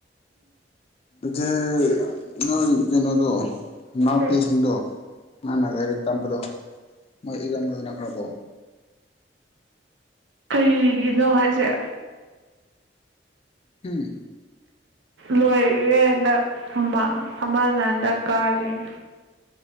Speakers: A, on the left; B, on the right.
A: ꯑꯗꯨꯆꯦ ꯅꯣꯏ ꯀꯩꯅꯣꯗꯣ ꯏꯅꯥꯎꯄꯤꯁꯤꯡꯗꯣ
B: ꯀꯩ
A: ꯃꯥꯪꯅ ꯂꯥꯏꯔꯤꯛ ꯇꯝꯕꯗꯣ ꯃꯣꯏ ꯏꯖꯝ ꯂꯣꯏꯅꯈ꯭ꯔꯕꯣ
B: ꯀꯤꯒꯤꯅꯣ ꯍꯥꯏꯁꯦ
A: ꯍꯝ
B: ꯂꯣꯏꯦ ꯍꯟꯗꯛ ꯑꯃ ꯑꯃꯅ ꯍꯟꯗꯛ ꯀꯥꯔꯤꯌꯦꯦ